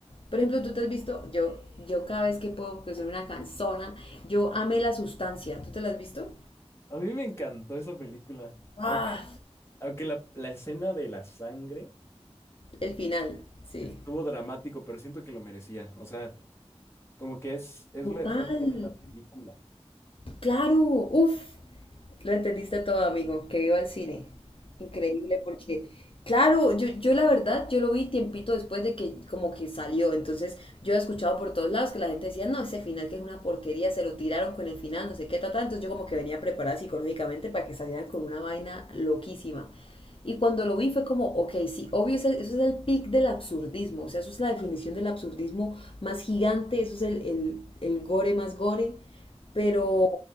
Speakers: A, on the left; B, on the left.
A: por ejemplo, tú te has visto, yo, yo cada vez que puedo, que soy una canzona, yo amé la sustancia. ¿Tú te la has visto?
B: A mí me encantó esa película.
A: Ah,
B: Aunque, aunque la, la escena de la sangre
A: El final, sí.
B: estuvo dramático, pero siento que lo merecía. O sea. Como que es, es
A: total.
B: la esencia de la película.
A: Claro, uff, lo entendiste todo, amigo, que viva el cine. Increíble porque, claro, yo, yo la verdad, yo lo vi tiempito después de que como que salió, entonces yo he escuchado por todos lados que la gente decía, no, ese final que es una porquería, se lo tiraron con el final, no sé qué, tal, entonces yo como que venía preparada psicológicamente para que salieran con una vaina loquísima. Y cuando lo vi fue como, ok, sí, obvio, ese- eso es el pic del absurdismo, o sea, eso es la definición del absurdismo más gigante, eso es el, el, el gore más gore pero